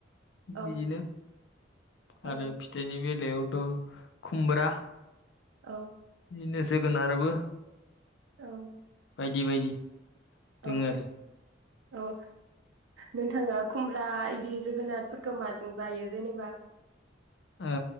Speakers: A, on the right; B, on the left.
A: औ
B: बिदिनो
A: औ
B: आरो फिथाइनि बेलायाव खुमब्रा
A: औ
B: बिनो जोगोनारबो
A: औ
B: बायदि बायदि दोङो
A: औ
B: आरो
A: औ नोंथाङा खुमब्रा इदि जोगोनारफोरखो माजों जायो जेनेबा
B: ओ